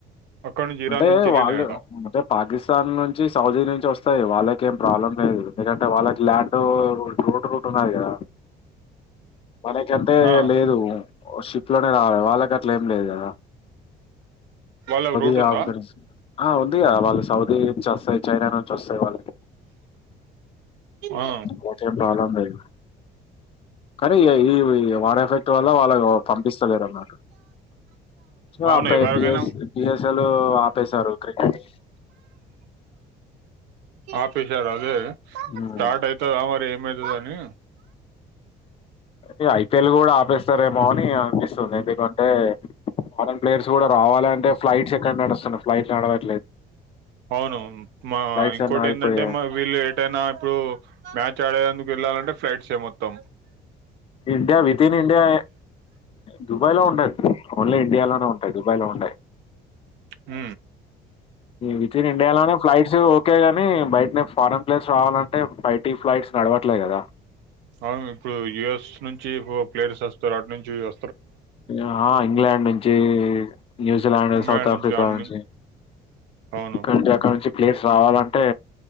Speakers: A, on the right; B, on the left.
A: అక్కడ నుంచి ఇరాన్
B: అంటే
A: నుంచి వెళ్ళినాయట
B: వాళ్ళు అంటే పాకిస్తాన్ నుంచి సౌదీ నుంచి వస్తాయి వాళ్ళకి ఏం ప్రాబ్లం లేదు ఎందుకంటే వాళ్ళకి ల్యాండ్ రోడ్ రూట్ ఉన్నది కదా మనకంటే
A: ఆ
B: లేదు షిప్ లోనే రావాలి వాళ్ళకం అట్లం లేదు కద
A: బాలగ రోడ్
B: <unintelligible> ఇదియా
A: ఉందా
B: సౌదీ చషాయి చైనా నుంచి వస్తాయి వాళ్ళకి
A: ఆ
B: వాటర్ నానా పైప్ కానీ ఈ వాటర్ ఎఫెక్ట్ వల్ల వాళ్ళ పంపిస్తలేరు అన్నమాట. స
A: అవును
B: ఆ
A: ఎవరికైనా
B: బిస్ బిఎస్ఎల్ ఆపేశారు క్రికెట్
A: ఆఫీసర్ అదే
B: ఉమ్.
A: స్టార్ట్ అయితద అమరి మదుదాని
B: ఎ అయ్ తెలుగు కూడా ఆపేస్తారేమో అని అనిపిస్తుంది ఎందుకంటే ఫారెన్ ప్లేయర్స్ కూడా రావాలంటే ఫ్లైట్స్ ఎక్కండ నడుస్తున్నా ఫ్లైట్ నడవా
A: అవునువును మా
B: ఫ్లైట్స్
A: ఇంకోటి
B: అన్ని ఆగిపోయాయి
A: ఏంటంటే మా వీళ్ళు ఏటైనా ఇప్పుడు మ్యాచ్ ఇక్కడేందుకు వెళ్ళాలంటే ఫ్లైట్స్ ఏ మొత్తాం
B: ఇండియా వితి ఇన్ ఇండియా దుబాయ్ లో ఉండది, ఓన్లీ ఇండియాలోనే ఉంటాయి. దుబాయ్ లో ఉంటాయి.
A: ఊ
B: విత్ఇన్ ఇండియాలను ఫ్లైట్స్ ఓకే కానీ బయటనే ఫారెన్ ప్లేస్ రావాలంటే బైటీ ఫ్లైట్స్ నడవట్లే కదా
A: అవును ఇప్పుడు యుఎస్ నుంచి ప్లేయర్స్ వస్త థర్డ్ నుచ్చి చా
B: ఆహా ఇంగ్లాండ్ నుంచి న్యూజిలాండ్
A: ఇంగ్లాండ్
B: సౌత్ ఆఫ్రికా
A: దాని.
B: నుంచి
A: అవును
B: ఇక్కడ అంటే అక్కడ నుంచి ప్లేయర్స్ రావాలంటే